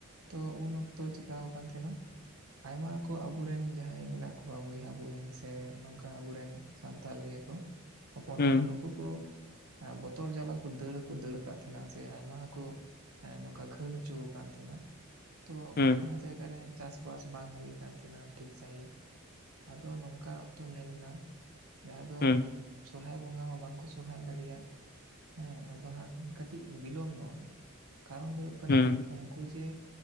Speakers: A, on the right; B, on the left.
A: ᱛᱚ ᱩᱱ ᱚᱠᱛᱚ ᱪᱤᱠᱟᱣ ᱠᱟᱱ ᱛᱷᱮᱸᱱᱟ? ᱟᱭᱢᱟ ᱠᱚ ᱟᱵᱩᱨᱮᱱ ᱡᱟᱦᱟᱸᱭ ᱢᱮᱱᱟᱜ ᱠᱚᱣᱟ ᱵᱚᱭᱦᱟ ᱵᱩᱦᱤᱱ ᱥᱮ ᱱᱚᱝᱠᱟ ᱟᱵᱩᱨᱮᱱ ᱥᱟᱱᱛᱟᱞ ᱤᱭᱟᱹ ᱠᱚ, ᱦᱚᱯᱚᱱ
B: ᱦᱩᱸ
A: ᱠᱚ ᱱᱩᱠᱩ ᱠᱚ ᱟᱸᱜ ᱵᱚᱛᱚᱨ ᱡᱟᱞᱟ ᱠᱚ ᱫᱟᱹᱲ ᱦᱚᱸᱠᱚ ᱫᱟᱹᱲ ᱠᱟᱜ ᱛᱷᱮᱱᱟ ᱥᱮ ᱟᱭᱢᱟ ᱦᱚᱠᱚ ᱦᱮᱸ ᱱᱚᱝᱠᱟ ᱜᱷᱟᱹᱞ ᱦᱚᱪᱩᱣ ᱠᱟᱱ ᱛᱷᱮᱱᱟ ᱛᱚ
B: ᱩᱸ᱾
A: ᱟᱸ ᱡᱟᱭᱜᱟ ᱨᱮ ᱪᱟᱥᱼᱵᱟᱥ ᱵᱟᱝ ᱦᱩᱭ ᱠᱟᱱ ᱛᱷᱮᱱᱟ ᱴᱷᱤᱠ ᱥᱟᱺᱦᱤᱡ᱾ ᱟᱫᱚ ᱱᱚᱝᱠᱟ ᱚᱠᱛᱚ ᱧᱮᱞᱱᱟ ᱡᱟᱦᱟᱸ ᱫᱚ
B: ᱦᱩᱸ
A: ᱥᱚᱨᱦᱟᱭ ᱵᱚᱸᱜᱟ ᱦᱚᱸ ᱵᱟᱝ ᱠᱚ ᱥᱚᱨᱦᱟᱭ ᱫᱟᱲᱮᱭᱟᱜ ᱦᱮᱸ ᱟᱫᱚ ᱦᱟᱸᱜ ᱠᱟᱹᱴᱤᱡ ᱵᱤᱞᱚᱢ ᱱᱚᱜᱱᱟ ᱠᱟᱨᱚᱱ ᱫᱚ ᱦᱩᱭᱩᱜ ᱠᱟᱱᱟ
B: ᱦᱩᱸ
A: ᱩᱝᱠᱩ ᱡᱮ